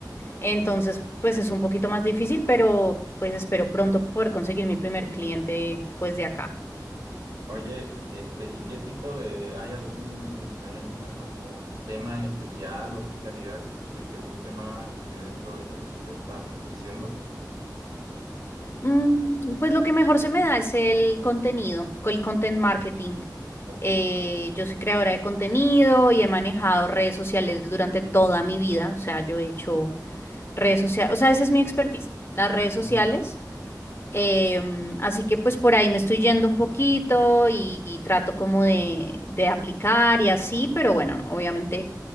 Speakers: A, on the left; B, on the right.
A: Entonces, pues es un poquito más difícil, pero pues espero pronto poder conseguir mi primer cliente pues de acá.
B: Oye, este, ¿y qué tipo de, hay algún, hay alguna como tema en especial o especialidad que, que te guste más, este, dentro de lo que le estás ofreciendo?
A: Mm, Pues lo que mejor se me da es el contenido, con el content marketing.
B: Ok.
A: Eh, yo soy creadora de contenido y he manejado redes sociales durante toda mi vida. O sea, yo he hecho redes sociales, o sea, esa es mi expertise, las redes sociales.
B: Mm,
A: Em, así que pues por ahí me estoy yendo un poquito y, y trato como de, de aplicar y así, pero bueno, obviamente